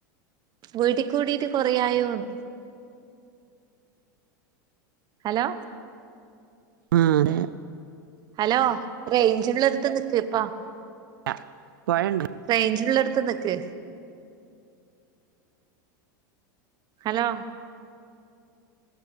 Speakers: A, on the right (about 40°); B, on the right (about 85°).
A: വീട്ടി കൂടിട്ട് കുറെയായോന്ന്. ഹലോ
B: ആഹാ അതെ
A: ഹലോ റേയ്ഞ്ച്ള്ളട്ത്ത് നിക്ക് പ്പാ
B: <unintelligible> പൊഴണ്ടോ?
A: റേഞ്ചുള്ളടത്ത് നിക്ക് ഹലോ?